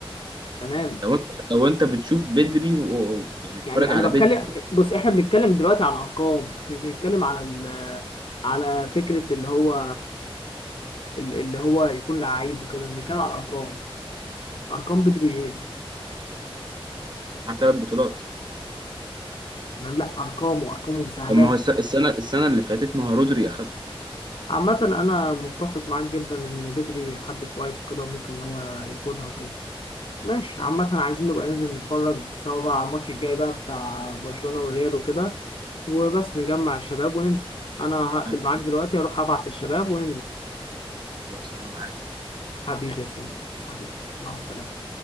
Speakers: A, on the left (about 60°); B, on the right (about 50°).
A: تمام
B: لو انت لو انت بتشوف بدري و... و- يعني بتتفرج
A: يعني
B: على
A: انا بتكلم
B: بدري
A: بص احنا بنتكلم دلوقتي على الارقام احنا بنتكلم على ال... على فكره اللي هو ال- اللي هو يكون لعيب وكده بنتكلم على الارقام ارقام بدري ايه
B: مع ثلاث بطولات
A: تمام لا ارقامه وارقامه ومساهماته
B: طب ما هو الس- السنه السنه اللي فاتت ما هو رودري اخدها
A: عامه انا متفق معاك جدا ان بدري حد كويس وكده وممكن ان هو ياخدها وكده ماشي عامه عايزين نبقى ننزل نتفرج سوا بقى على الماتش الجاي بقى بتاع برشلونه والريال وكده وبس نجمع الشباب وننزل انا هقفل
B: أنا-
A: معاك دلوقتي اروح ابعت الشباب وننزل
B: خلاص انا معاك
A: حبيبي يا سمير حبيبي مع السلامة